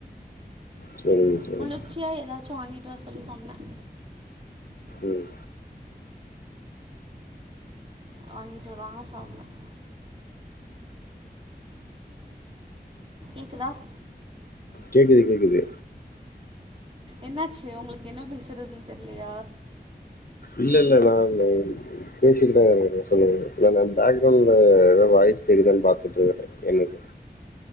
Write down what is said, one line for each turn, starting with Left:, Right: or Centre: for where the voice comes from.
Left: சரிங்க சரிங்க
Right: குளிர்ச்சியா ஏதா வாங்கிட்டு வர சொல்லி சொன்னேன்
Left: உம்
Right: வாங்கிட்டு வருவாங்க சாப்பிடலாம் இதான்
Left: கேக்குது கேக்குது
Right: என்னாச்சு உங்களுக்கு என்ன பேசுறதுன்னு தெரியலையா
Left: இல்ல இல்ல நான் பேசிட்டுதான்ன சொல்லுங்க நான் பேக்ரவுண்ட்ல ஏதோ வாய்ஸ் கேக்குதான் பாத்துட்டு இருக்குறேன் எனக்கு